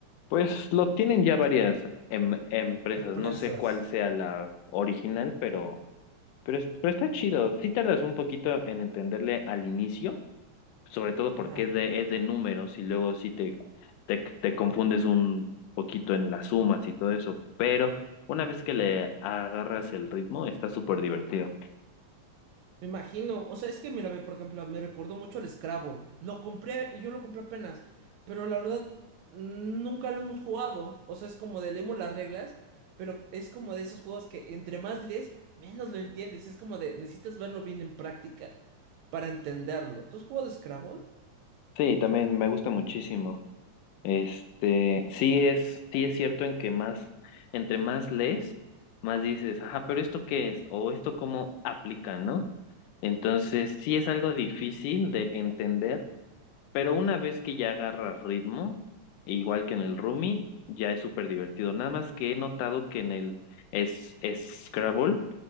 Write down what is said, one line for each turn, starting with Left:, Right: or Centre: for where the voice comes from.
Left: Pues lo tienen ya varias em- empresas,
Right: Empresas.
Left: no sé cuál sea la original, pero Pero, es- pero está chido. Sí tardas un poquito en entenderle al inicio, sobre todo
Right: Ajá.
Left: porque es de, es de números y luego sí te, te, te confundes un poquito en las sumas y todo eso. Pero una vez que le agarras el ritmo, está súper divertido.
Right: Me imagino, o sea, es que mira, ve, por ejemplo, me recordó mucho al Scrabble. Lo compré, yo lo compré apenas, pero la verdad mm, nunca lo hemos jugado. O sea, es como de leemos las reglas, pero es como de esos juegos que entre más lees, menos lo entiendes. Es como de necesitas verlo bien en práctica para entenderlo. ¿Tú has jugado Scrabble?
Left: Sí, también me gusta muchísimo. Este, sí es, sí es cierto en que más, entre más lees, más dices, ajá, pero ¿esto qué es? O ¿esto cómo aplica, no? Entonces, sí es algo difícil de entender Pero una vez que ya agarras ritmo, igual que en el Rumi, ya es súper divertido. Nada más que he notado que en el es, es Scrabble,